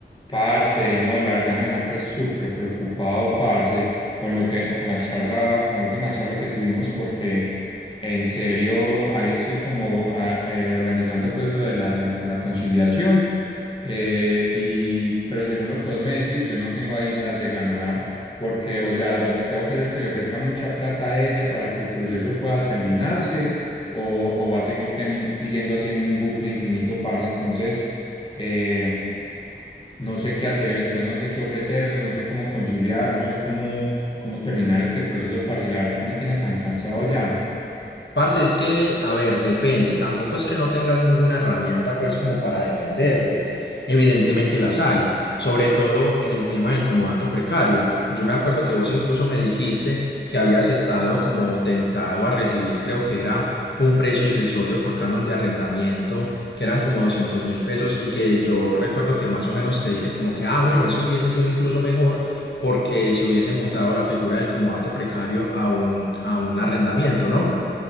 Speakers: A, on the left; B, on the left.
A: Parce, no, la verdad me dejaste súper preocupado, parce, con lo que, con la charla, con la última charla que tuvimos, porque en serio, ahí estoy como ah, eh, organizando pues lo de la, gen- la conciliación, eh, y, pero según lo que vos me decís, yo no tengo ahí las de ganar, porque, o sea, o tengo que hacer que le ofrezca mucha plata a ella para que el proceso pueda terminarse, o, o va a seguir temi- siguiendo haciendo un bucle infinito, parce, entonces... Eh, no sé qué hacer, entonces no sé qué ofrecerle, no sé cómo conciliar, no sé cómo, cómo terminar este proceso, parce, la verdad me tiene tan cansado ya.
B: Parce, es que, a ver, depende. Tampoco es que no tengas ninguna herramienta, pues, como para defenderte. Evidentemente las hay, sobre todo en el tema del comodato precario. Yo me acuerdo que vos incluso me dijiste que habías estado como tentado a recibir, creo que era un precio irrisorio por canon de arrendamiento, que eran como doscientos mil pesos, y que yo recuerdo que más o menos te dije como que, ah, bueno, eso hubiese sido incluso mejor porque se hubiese mutado la figura del comodato precario a un, a un arrendamiento, ¿no?